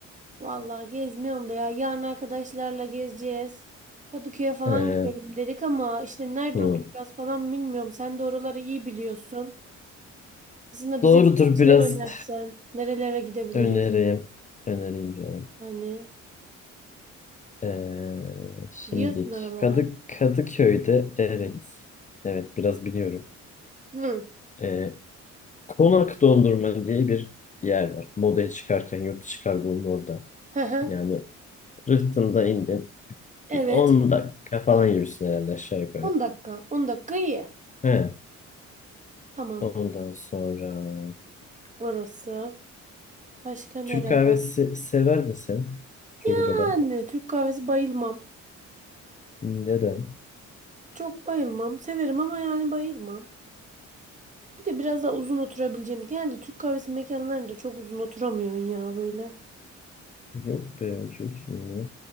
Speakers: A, on the right; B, on the left.
A: Vallahi gezmiyorum da ya. Yarın arkadaşlarla gezeceğiz. Kadıköy'e falan
B: Ee,
A: gidelim dedik ama işte nerede
B: hı.
A: oturacağız falan bilmiyorum. Sen de oraları iyi biliyorsun. Aslında bize
B: Doğrudur
A: birkaç
B: biraz.
A: yer önersen, nerelere gidebiliriz?
B: Önereyim. Önereyim canım.
A: Hani
B: Ee, şimdik.
A: biliyorsun oraları.
B: Kadı, Kadıköy'de evet. Evet biraz biliyorum.
A: Hı.
B: Ee, Konak Dondurma diye bir yer var. Modaya çıkarken yurt dışı kargonun orada.
A: Hı hı.
B: Yani Rıhtım'da indin.
A: Evet.
B: Bir 10 dakika falan yürürsün herhalde aşağı yukarı.
A: 10 dakika. 10 dakika iyi.
B: He.
A: Tamam.
B: Ondan sonra
A: Orası. Başka nereye?
B: Türk kahvesi
A: var?
B: sever misin? Çocuk
A: Yani
B: adam.
A: Türk kahvesi bayılmam.
B: Neden?
A: Çok bayılmam. Severim ama yani bayılmam. Bir de biraz daha uzun oturabileceğimiz. Genelde Türk kahvesi mekanlarında çok uzun oturamıyorsun ya böyle.
B: Yok be otursun niye?